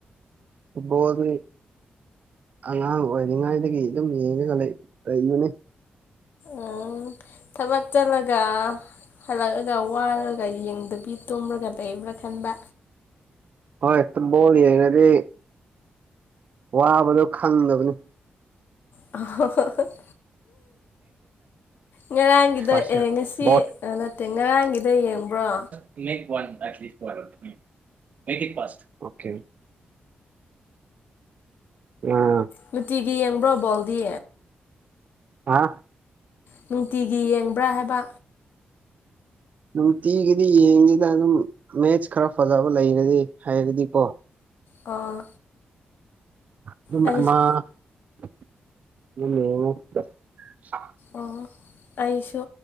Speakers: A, on the right; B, on the left.
A: ꯕꯣꯜꯗꯤ, ꯑꯉꯥꯡ ꯑꯣꯏꯔꯤꯉꯥꯏꯗꯒꯤ ꯑꯗꯨꯝ ꯌꯦꯡꯉꯒ ꯂꯩꯕꯅꯦ꯫
B: ꯎꯝ ꯊꯕꯛ ꯆꯠꯂꯒ, ꯍꯜꯂꯛꯑꯒ ꯋꯥꯔꯒ ꯌꯦꯡꯗꯕꯤ ꯇꯨꯝꯔꯒ ꯂꯩꯕ꯭ꯔꯥ ꯈꯟꯕ꯫
A: ꯍꯣꯏ ꯕꯣꯜ ꯌꯦꯡꯔꯗꯤ, ꯋꯥꯕꯗꯣ ꯈꯪꯗꯕꯅꯤ꯫
B: <unintelligible> ꯉꯔꯥꯡꯒꯤꯗꯣ
A: ꯄꯥꯔꯁꯦꯜ
B: ꯑꯦ ꯉꯁꯤ
A: ꯕꯣꯠ
B: ꯅꯠꯇꯦ ꯉꯔꯥꯡꯒꯤꯗꯣ ꯌꯦꯡꯕ꯭ꯔꯣ?
A: <unintelligible> <unintelligible>
B: ꯅꯨꯡꯇꯤꯒꯤ ꯌꯦꯡꯕ꯭ꯔꯣ ꯕꯣꯜꯗꯤ?
A: ꯍꯥ
B: ꯅꯨꯡꯇꯤꯒꯤ ꯌꯦꯡꯕ꯭ꯔꯥ ꯍꯥꯏꯕ?
A: ꯅꯨꯡꯇꯤꯒꯤꯗꯤ ꯌꯦꯡꯗꯦꯗ ꯑꯗꯨꯝ ꯃꯦꯠꯁ ꯈꯔ ꯐꯖꯕ ꯂꯩꯔꯗꯤ ꯍꯩꯔꯗꯤꯀꯣ꯫
B: ꯑꯣ
A: <unintelligible>
B: ꯑꯩꯁꯨ ꯑꯣ ꯑꯩꯁꯨ